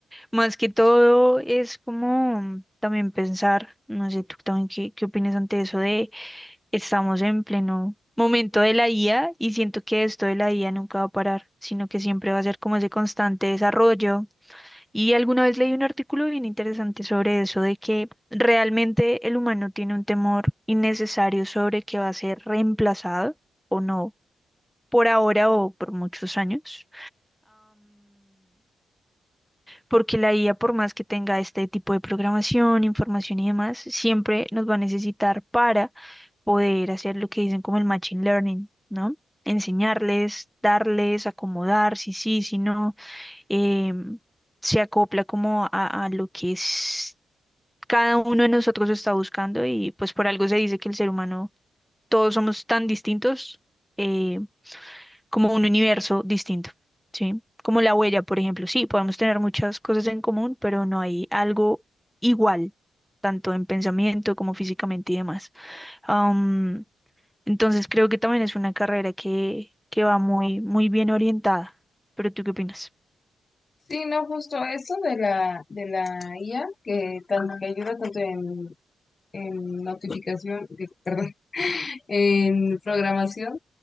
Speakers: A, in the centre; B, on the left (about 35°).
A: Más que todo es como también pensar, no sé, tú también qué, qué opinas ante eso de estamos en pleno momento de la IA y siento que esto de la IA nunca va a parar, sino que siempre va a ser como ese constante desarrollo. Y alguna vez leí un artículo bien interesante sobre eso, de que realmente el humano tiene un temor innecesario sobre que va a ser reemplazado o no, por ahora o por muchos años porque la IA, por más que tenga este tipo de programación, información y demás, siempre nos va a necesitar para poder hacer lo que dicen como el machine learning, ¿no? Enseñarles, darles, acomodar, si sí, si no, em, se acopla como a, a lo que es cada uno de nosotros está buscando y pues por algo se dice que el ser humano, todos somos tan distintos. eh, como un universo distinto, ¿sí? Como la huella, por ejemplo. Sí, podemos tener muchas cosas en común, pero no hay algo igual, tanto en pensamiento como físicamente y demás. Am, entonces creo que también es una carrera que, que va muy, muy bien orientada. ¿Pero tú qué opinas?
B: Sí, no, justo eso de la, de la IA, que, tan- que ayuda tanto en en notificación, digo, perdón, <laughs> en programación,